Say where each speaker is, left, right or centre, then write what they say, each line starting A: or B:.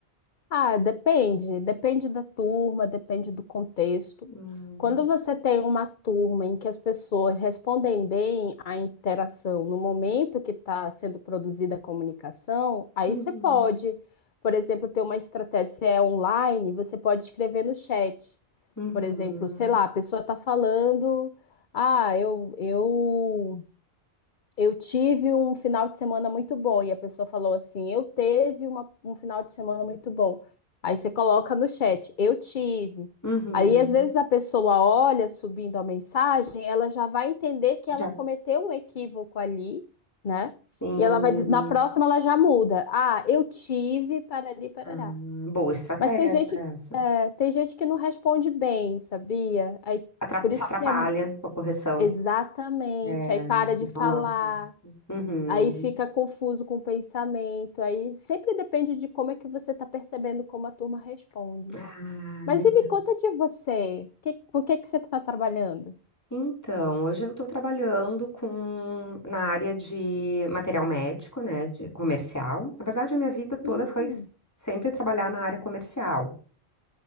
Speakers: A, on the left; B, on the left.
A: Ah, depende, depende da turma, depende do contexto.
B: Hum,
A: Quando você tem uma turma em que as pessoas respondem bem à interação no momento que está sendo produzida a comunicação, aí
B: uhum.
A: você pode, por exemplo, ter uma estratégia, se é online, você pode escrever no chat.
B: Uhum,
A: Por exemplo, sei lá, a pessoa está falando, ah, eu, eu eu tive um final de semana muito bom e a pessoa falou assim: Eu teve uma- um final de semana muito bom. Aí você coloca no chat: Eu tive.
B: uhum.
A: Aí às vezes a pessoa olha subindo a mensagem, ela já vai entender que
B: Já
A: ela cometeu um equívoco ali, né?
B: tem.
A: E ela vai, na próxima ela já muda. Ah, eu tive, parari, parará.
B: Ah, boa estratégia
A: Mas tem gente,
B: essa.
A: é, tem gente que não responde bem, sabia? Aí
B: Atrap-
A: por
B: se
A: isso
B: atrapalha
A: que é
B: com a correção.
A: exatamente,
B: É,
A: aí para
B: eles
A: de falar.
B: não notam. Uhum.
A: Aí fica confuso com o pensamento. Aí sempre depende de como é que você está percebendo como a turma responde.
B: Ah,
A: Mas
B: verdade.
A: e me conta de você. Que, com o que que você está trabalhando?
B: Então, hoje eu estou trabalhando com na área de material médico, né, de comercial. Na verdade, a minha vida toda
A: Hum,
B: foi s- sempre trabalhar na área comercial.